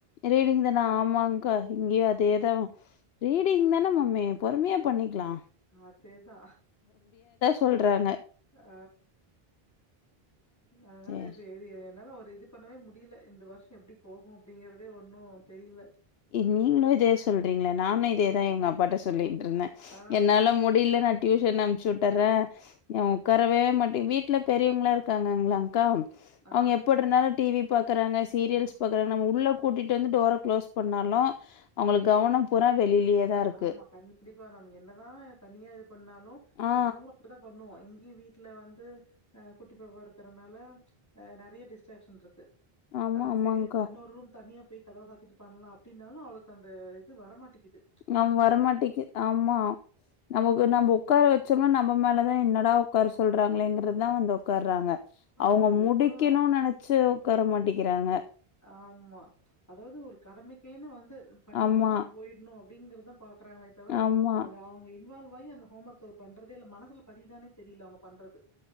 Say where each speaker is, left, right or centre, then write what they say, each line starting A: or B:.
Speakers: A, on the left; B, on the left.
A: ரீடிங் தானா ஆமாங் கா இங்யு அதேதா ரீடிங் தானே மம்மி பொறுமையா பண்ணிக்லா
B: அதேதா
A: சொல்றாங்க
B: அ அதனால
A: சேர்
B: இப்ப எது என்னால ஒரு இது பண்ணவே முடில இந்த வர்ஷோ எப்டி போகு அப்டிங்றதே ஒன்னு தெரியல
A: இ நீங்களு இதே சொல்றீங்களே நானு இதேதா இவங்க அப்பாட்ட சொ சொல்லிட்ருந்த
B: ஆ
A: என்னால முடில நா டியூஷன் அனுப்ச்சு உட்டர்ற ஆ உக்காரவே மாட்ட வீட்ல பெரியவங்களா இருக்காங்ளங்ளாங்க்கா
B: ஆ
A: அவுங்க எப்பட்ருந்தாலு டிவி பா க்கறாங்க சீரியல்ஸ் பாக்கறாங்க நம்ம உள்ள கூட்டிட்டு வந்து டோர க்ளோஸ் பண்ணாலு அவங்களுக்கு கவனோ பூரா வெளிலயேதா இருக்கு
B: ஆமா கண்டிப்பா நம் என்னதா தனியா இது பண்ணாலு
A: ஆ
B: நாங்களு இப்டிதா பண்ணுவோ இங்கியு வீட்ல வந்து அ குட்டிப்பாப்பா இருக்கறனால அ நெறைய டிஸ்ட்ரேக்க்ஷன்ருக்கு
A: ஆமா
B: ஆ
A: ஆமாங்க்கா
B: செரி அன்னொரு ரூம் தனியா போயி கதவ சாத்திட்டு பண்லா அப்டினாலு அவளுக்கு அந்த இது வரமாட்டிகுது
A: நா வரமாட்டிக்குது ஆமா நமக்கு நம்ப உக்கார வெச்சம்னா நம்ம மேலதா என்னடா உக்கார சொல்றாங்களேங்கறதுதா வந்து உ உக்கார்றாங்க அவுங்க
B: ஆமா.
A: முடிக்கனு
B: எப்படா
A: நெனச்சு உக்கார மாட்டிக்கிறாங்க
B: ஆமா அதாவது ஒரு கடமைக்கேனு வந்து பண்ணி
A: ஆமா,
B: முடிச்சுட்டு போய் னு அப்பிடிங்கறதா பாக்கறாங்களே தவர
A: ஆமா,
B: அதுல அவுங்க இன்வால்வ் ஆகி அந்த ஹோம் ஒர்க் அது பண்றதே இல்ல மனசுல பதியுதானே தெரில அவுங்க பண்றது